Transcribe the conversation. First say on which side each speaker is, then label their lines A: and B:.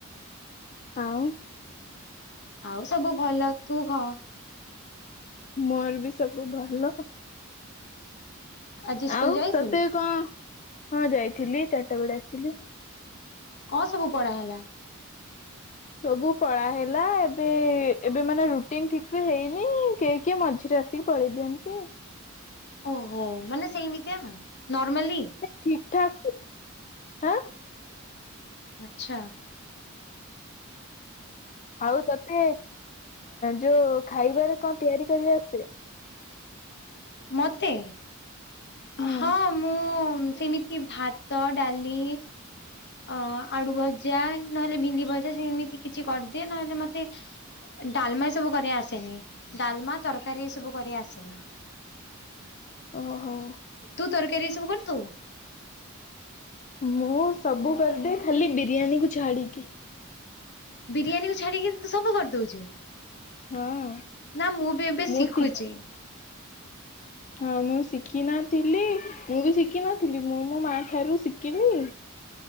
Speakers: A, on the left; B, on the left.
A: ଆଉ
B: ଆଉ ସବୁ ଭଲ ତୁ କଅ
A: ମୋର ବି ସବୁ ଭଲ ହଲ
B: ଆଜି ସ୍କୁଲ
A: ଆଉ
B: ଯାଇଥିଲୁ
A: ତତେ କଣ ହଁ ଯାଇଥିଲି ଚାରିଟା ବେଳେ ଆସିଲି
B: କଣ ସବୁ ପଢା ହେଲା?
A: ସବୁ ପଳାହଲା ଏବେ ଏବେ ମାନେ ରୁଟିନ ଠିକସ ହେଇନି କି କିଏ ମଝିରେ ସେଥିରେ ଆସିକି ପଳେଇ ଦିଅନ୍ତି
B: ଓହୋ ମାନେ ସେମିତିଆ ନର୍ମାଲି
A: ଠିକ ଠାକ ହଁ
B: ଆଚ୍ଛା
A: ଆଉ ତତେ ଯୋଉ ଖାଇବାରେ କଣ ତିଆରି କରିବା ଆସେ
B: ମୋତେ
A: ହୁଁ।
B: ହଁ ମୁଁ ସେମିତି ଭାତ ଡାଲି ଅ ଆଳୁ ଭଜା ନହେଲେ ଭେଣ୍ଡି ଭଜା ସେମିତି କିଛି କରିଦିଏ ନହେଲେ ମତେ ଡାଲମା ସବୁ କରି ଆସେନି ଡାଲମା ତରକାରୀ ସବୁ କରି ଆସେନି
A: ଓହୋ
B: ତୁ ତରକାରୀ ସବୁ କରଦୁ
A: ମୁଁ ସବୁ କରିଦେ ଖାଲି ବିରିୟାନୀ କୁ ଛାଡିକି
B: ବିରିୟାନୀ କୁ ଛାଡିକି ତୁ ସବୁ କରିଦଉଛୁ
A: ହଁ
B: ନା ମୁଁ ବି ଏବେ
A: ମୁଁ
B: ଶିଖୁଛି
A: ଶିଖି ହଁ ମୁଁ ଶିଖି ନା ଥିଲି ମୁଁ ବି ଶିଖିନଥିଲି ମୁଁ ମୋ ମାଆ ଠାରୁ ଶିଖିଲି